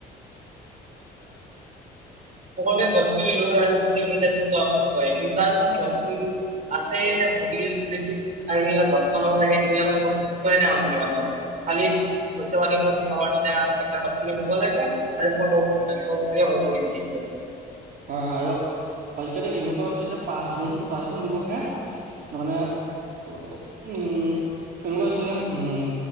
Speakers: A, on the right (about 45°); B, on the right (about 65°).
A: সকলোৱে গছ পুলি ৰোৱে আৰু চ'চিয়েল মিডিয়াত ফটো আপলোড কৰে। কিন্তু তাৰপিছতে গছ পুলিটো আছে। নে মৰিল আৰু সেইবিলাক যত্ন ল'ব লাগে, সিবিলাকৰ। গুৰুত্বয়ে নাই মানুহবিলাকৰ। খালি পইচা-পাতি। <unintelligible> খালি গছপুলি ৰুব লাগে আৰু ফটো উঠিব লাগে, সেইটোৱে হ'ল প'লিচি।
B: হয়, হয়, আৰু আজিকালি এনেকুৱা হৈছে যে পাঁচ জুন, পাঁচ জুন দিৱসে মানে। <unintelligible> উম। এনেকুৱা হৈছে, উম,